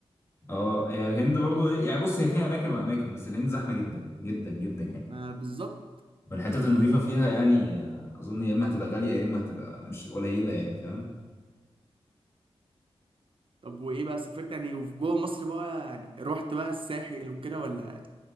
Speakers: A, on the left (about 25°); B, on the right (about 55°).
A: اه هي الهند برضه يعني بص هي فيها اماكن واماكن بس الهند زحمه جدا جدا جدا يعني
B: ما بالظبط
A: والحتت النظيفه فيها يعني آه، اظن يا اما هتبقى غاليه يا اما هتبقى مش قليله يعني فاهم
B: طب وايه بقى سافرت يعني وفي جوه مصر بقى يعني رحت بقى الساحل وكده ولا